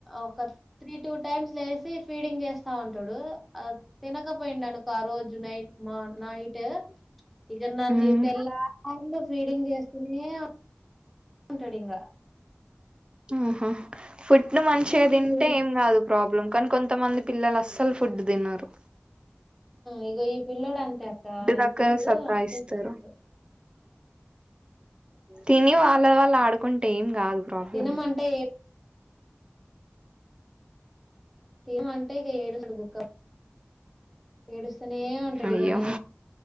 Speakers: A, in the centre; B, on the right (about 20°).
A: ఒక త్రీ టూ టైమ్స్ లేసి ఫీడింగ్ చేస్తా ఉంటాడు ఆ తినకపోయిండు అనుకో ఆ రోజు నైట్ మర్ నైటు ఇక నన్ని
B: ఉమ్
A: తేర్ల హ్యాండ్ లో ఫీడింగ్ చేస్కొని ఏవ్ అంటడంగ
B: ఆహా ఫుడ్ మంచిగా తింటే
A: ఫీడింగ్
B: ఏం కాదు ప్రాబ్లమ్ కానీ కొంతమంది పిల్లలు అస్సలు ఫుడ్ తిన్నారు
A: ఇగ ఈ పిల్ల్లోడు అంతే అక్క ఈ
B: దగ్గర
A: పిల్ల్లోడు
B: సతాయిస్తారు
A: అంతే చేస్తాడు
B: తిని వాళ్ళ వాళ్ళు ఆడుకుంట టైం కాదు ప్రాబ్లం
A: తినమ అంటే అ ఏ అంటాయి క ఏడు సడుగుక్క ఏడు అసనే ఏమంటాడు
B: అయ్యో
A: ఇక నేను